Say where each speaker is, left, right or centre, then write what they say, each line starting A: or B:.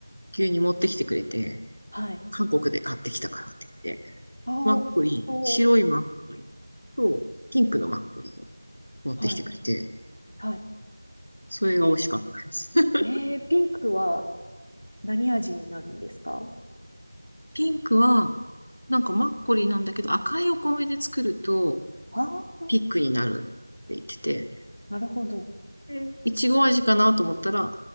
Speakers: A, on the left; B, on the left.
A: 急に持ってきてくれて、
B: はい。
A: 韓国で買ってきたからって言って、
B: あーおー、
A: マッコリー、白いマッコリと、ピンクのマッコリを持ってきてくれて、
B: はい。はい。
A: それが美味しかったです。
B: ピンク。
A: <laughs>
B: えー、ピンクは何味になるんですか
A: ピンクは、なんかマッコリなんだけど、赤いお米で作ると、
B: ああー、
A: ピックになるって言ってて、
B: なるほど。
A: でいちご味かなと思ったら、